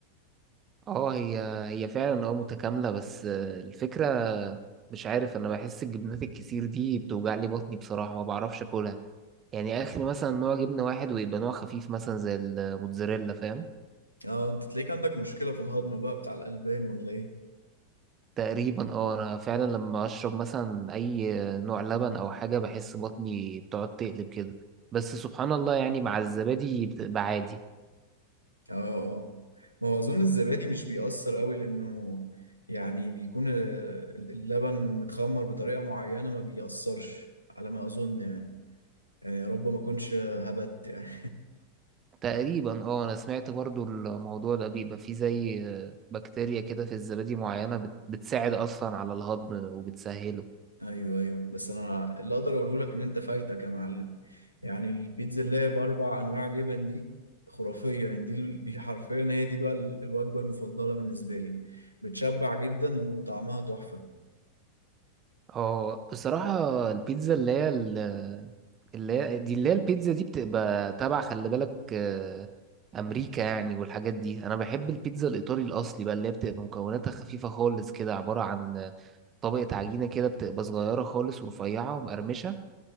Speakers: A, on the right; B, on the left.
A: اه هي هي فعلا اه متكاملة بس الفكرة مش عارف انا بحس الجبنات الكتير دي بتوجع لي بطني بصراحة ما بعرفش اكلها يعني اخري مثلا نوع جبنة واحد ويبقى نوع خفيف مثلا زي الموتزاريلا فاهم
B: اه انت تلاقيك عندك مشكلة في الهضم بقى بتاع الألبان ولا ايه
A: تقريبا اه انا فعلا لما اشرب مثلا اي نوع لبن او حاجة بحس بطني بتقعد تقلب كده بس سبحان الله يعني مع الزبادي بتبقى عادي
B: اه اه ما هو اظن الزبادي مش بيأثر قوي لانه يعني بيكون ال- اللبن متخمر بطريقة معينة ما بيأثرش على ما اظن يعني يعني يا رب ما اكونش هبت يعني
A: تقريبا اه انا سمعت برضو الموضوع ده بيبقى فيه زي آه، بكتيريا كده في الزبادي معينة بت- بتساعد اصلا على الهضم وبتسهله
B: ايوه ايوه بس انا اللي اقدر اقوله لك ان انت فايتك يا معلم يعني البيتزا اللي هي باربع انواع جبن دي خرافيه يعني دي دي حرفيا هي دي بقى ال- الوجبه المفضله بالنسبه لي بتشبع جدا وطعمها تحفه
A: اه بصراحة البيتزا اللي هي ال- اللي هي دي اللي هي البيتزا دي بتبقى تبع خلي بالك آه، امريكا يعني والحاجات دي انا بحب البيتزا الايطالي الاصلي بقى اللي هي بتبقى مكوناتها خفيفة خالص كده عبارة عن طبقة عجينة كده بتبقى صغيرة خالص ورفيعة ومقرمشة